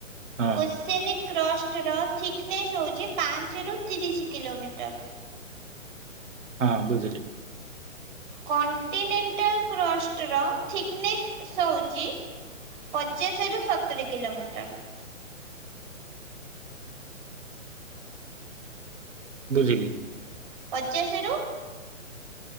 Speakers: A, on the right; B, on the right.
A: ହଁ
B: ଓସେନିକ୍ କ୍ରଷ୍ଟର ଥିକନେସ୍ ହଉଛି ପାଞ୍ଚରୁ ତିରିଶି କିଲୋମିଟର।
A: ହଁ ବୁଝିଲି।
B: କଣ୍ଟିନେଣ୍ଟାଲ୍ କ୍ରଷ୍ଟର ଥିକନେସ୍ ସଉଛି ପଚାଶରୁ ସତୁରି କିଲୋମିଟର।
A: ବୁଝିଲି।
B: ପଚାଶରୁ